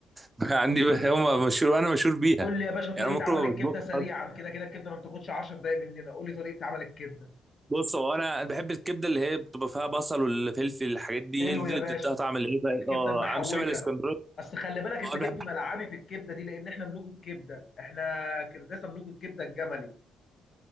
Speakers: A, on the right; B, on the left.
A: <laughs> عندي ب- هم مشهور وانا مشهور بيها
B: قول لي يا باشا طريقه
A: يعني انا ممكن
B: عمل
A: ما
B: الكبده
A: بطبخش
B: سريعا
A: أصلاً.
B: كده كده الكبده ما بتاخدش 10 دقائق مننا قول لي طريقه عمل الكبده
A: بص هو انا أنا بحب الكبده اللي هي بتبقى فيها بصل والفلفل الحاجات دي
B: حلو
A: هي دي
B: يا
A: اللي
B: باشا
A: بتديها طعم العيبه
B: الكبده
A: اه
B: المحوجه
A: عامل شبه الاسكندراني
B: اصل خلي بالك انت
A: اه
B: جيت
A: أنا بحب
B: في ملعبي في الكبده دي لان احنا ملوك الكبده احنا كرداسه ملوك الكبده الجملي